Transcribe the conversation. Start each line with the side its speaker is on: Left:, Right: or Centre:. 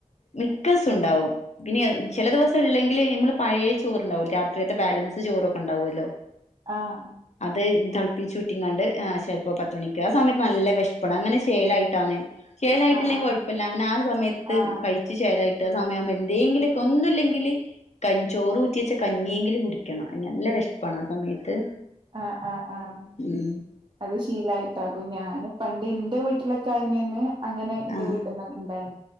Left: മിക്കസം ഇണ്ടാവും പിന്നെ ചെല
Right: ആ
Left: ദിവസല്ലെങ്കി ങ്കിലെ മ്മള് പഴേ ചോറ്ണ്ടാവും രാത്രികത്തെ ബാലൻസ് ചോറൊക്കെ ഇണ്ടാവോല്ലോ
Right: ആഹ്
Left: അത് തൾപ്പിച്ചൂറ്റിങ്ങാണ്ട് ആ് ചെൽപ്പം പത്തുമണിക്ക് ആ സമയ്ത്ത് നല്ല വെശപ്പ് പ്പാണ് അങ്ങനെ ശേലായിട്ടാണ് ശേലായിട്ടില്ലെങ്കി
Right: ആ ആ
Left: കൊഴപ്പല്ല അങ്ങനെ ആ സമയത്ത്
Right: ആ
Left: കഴി ച്ച് ശേലായിട്ട് ആ സമയാവുമ്പോ എന്തേങ്കിലൊക്കെ ഒന്നുല്ലെങ്കില്- കൻ ചോറ് ഊറ്റേച്ച കഞ്ഞിയെങ്കിലും കുടിക്കണം അന്നെ നല്ല വെഷ്പ്പണ് ആ സമയത്ത്
Right: ആഹ് ആഹ് ആഹ്
Left: ഉം
Right: അത് ശീലായിട്ടാകും ഞാന് പണ്ട് ഇന്റെ വീട്ടിലൊക്കെ അയിനന്ന് അങ്ങനെ ഇന്റെ
Left: ആഹ്
Right: വീട്ടിന്ന് ഇണ്ടായിന്